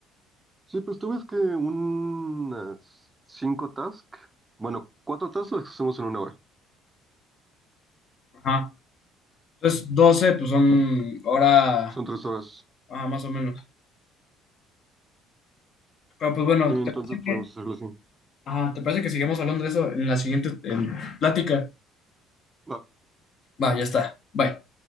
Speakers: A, on the right; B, on the left.
A: Sí, pues tú ves que unas 5 tasks, bueno, 4 tasks las hacemos en una hora.
B: Ajá. Entonces, doce pues son hora,
A: Son 3 horas.
B: ajá, más o menos. Pero pues bueno,
A: Sí, entonces
B: ¿te parece
A: podemos
B: que,
A: hacerlo así.
B: ajá, ¿te parece que sigamos hablando de eso en la siguiente eh, plática?
A: Va.
B: Va, ya está. Bye.